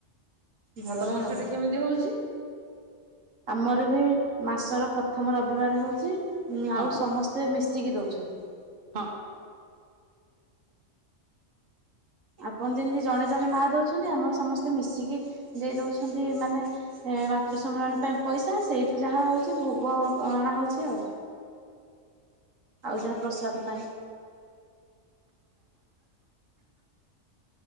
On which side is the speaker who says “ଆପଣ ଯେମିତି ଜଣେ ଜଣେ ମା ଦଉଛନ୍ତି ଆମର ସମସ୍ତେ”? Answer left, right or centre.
Right